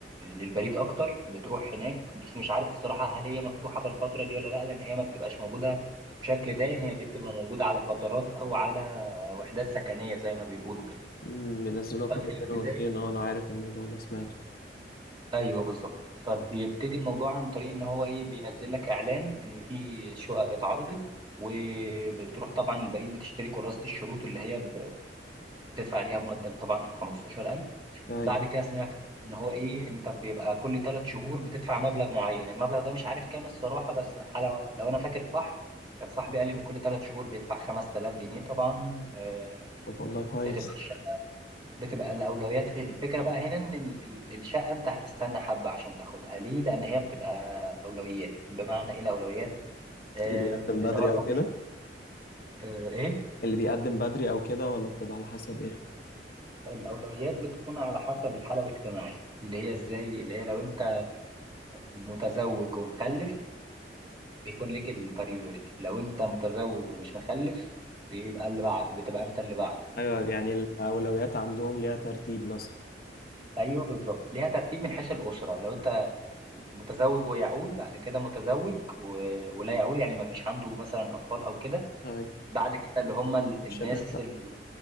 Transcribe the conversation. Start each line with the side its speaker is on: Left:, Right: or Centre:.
Right: للبريد اكتر بتروح هناك بس مش عارف الصراحه هل هي مفتوحه في الفتره دي ولا لا لان هي ما بتبقاش موجوده بشكل دائم هي دي بتبقى موجوده على فترات او على وحدات سكنيه زي ما بيقولوا كده
Left: مم، بينزلوها
Right: ففي
Left: كل فين
Right: البدايه
Left: وفين أه أنا عارف الموضوع ده سمعته
Right: ايوه بالظبط فبيبتدي الموضوع عن طريق ان هو ايه بينزل لك اعلان ان في شقق اتعرضت وبتروح طبعا البريد بتشتري كراسة الشروط اللي هي ب- تدفع عليها مقدم طبعا 15000
Left: أيوة
Right: بعد كده سمعت ان هو ايه انت بيبقى كل ثلاث شهور بتدفع مبلغ معين المبلغ ده مش عارف كام الصراحه بس على لو انا فاكر صح كان صاحبي قال لي ان كل ثلاث شهور بيدفع 5000 جنيه طبعا آه،
Left: طب والله كويس
Right: بتبقى الشقه بتبقى الاولويات في الفكره بقى هنا ان ال- ال- الشقه انت هتستنى حبه عشان تاخدها ليه لان هي بتبقى اولويات بمعنى ايه الاولويات آم،
Left: اللي بيقدم بدري
Right: اللي هو اول
Left: أو كده
Right: آه، ايه
Left: اللي بيقدم بدري او كده ولا بتبقى على حسب ايه
Right: الأولويات بتكون على حسب الحالة الاجتماعية اللي هي إزاي اللي هي لو أنت متزوج ومخلف بيكون ليك البريوريتي لو أنت متزوج ومش مخلف بيبقى اللي بع... بتبقى أنت اللي بعده
Left: ايوه يعني الاولويات عندهم ليها ترتيب مثلا
Right: أيوه بالظبط ليها ترتيب من حيث الأسرة لو أنت متزوج ويعول بعد كده متزوج و... ولا يعول يعني ما فيش عنده مثلا أطفال أو كده
Left: ايوه
Right: بعد كده اللي هم ال-
Left: الشباب
Right: الناس
Left: بقى
Right: ال-